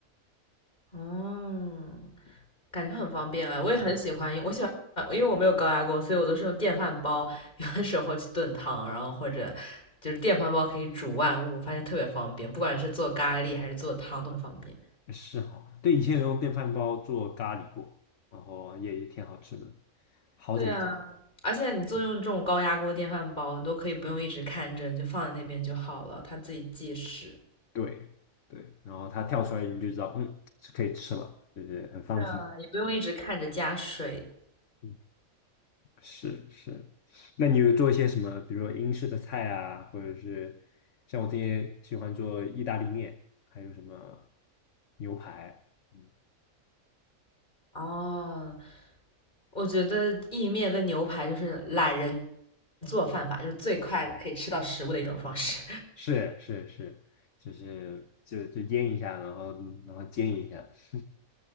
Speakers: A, on the left; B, on the left.
A: 哦，
B: 对，
A: 感觉很方便啊，我也很喜欢我喜欢，因为我没有高压锅，所以我都是用电饭煲，有的时候去炖汤，然后或者就是电饭煲可以煮万物，发现特别方便，不管是做咖喱还是做汤都很方便。
B: 是哈，对，以前有用电饭煲做咖喱过，然后也也挺好吃的，好久没吃。
A: 对啊，而且你做用这种高压锅、电饭煲，你都可以不用一直看着，你就放在那边就好了，它自己计时，
B: 对对，然后它跳出来你就知道，嗯，是可以吃了，就是很放心。
A: 啊也不用一直看着加水。
B: 嗯，是是。那你有做一些什么，比如说英式的菜啊，或者是像我这些喜欢做意大利面，还有什么牛排？嗯，
A: 哦，我觉得意面跟牛排就是懒人做饭法，就是最快可以吃到食物的一种方式。
B: 是是是，就是就就腌一下，然后然后煎一下。<laughs>